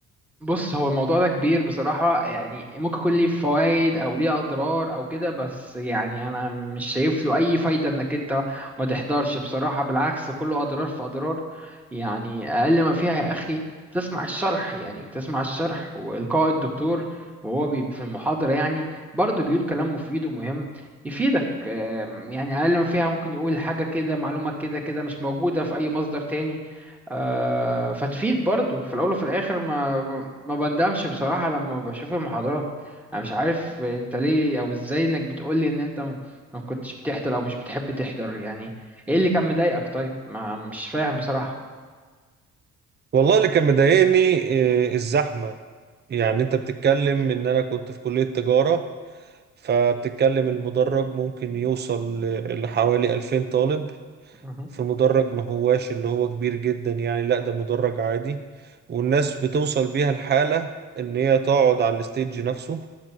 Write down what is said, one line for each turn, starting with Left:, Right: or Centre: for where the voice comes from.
Centre: بص هو الموضوع ده كبير بصراحة يعني ممكن يكون ليه فوائد او ليه اضرار او كده بس يعني انا مش شايف له اي فايدة انك انت ما تحضرش بصراحة بالعكس كله اضرار في اضرار يعني اقل ما فيها يا اخي تسمع الشرح يعني تسمع الشرح والقاء الدكتور وهو بي في المحاضرة يعني برضه بيقول كلام مفيد ومهم يفيدك آم، يعني اقل ما فيها ممكن يقول حاجه كده معلومه كده كده مش موجوده في اي مصدر تاني آه، فتفيد برضو في الاول وفي الاخر ما ما بندمش بصراحه لما بشوف المحاضرات انا مش عارف انت ليه او ازاي انك بتقولي ان انت ما كنتش بتحضر او مش بتحب تحضر يعني ايه اللي كان مضايقك طيب ما مش فاهم بصراحه
Right: والله اللي كان مضايقني إيه الزحمة يعني انت بتتكلم ان انا كنت في كلية تجارة فبتتكلم المدرج ممكن يوصل ل- لحوالي 2000 طالب
Centre: مهم.
Right: في مدرج ما هواش اللي هو كبير جدا يعني لا ده مدرج عادي والناس بتوصل بيها الحالة ان هي تقعد على الستيج نفسه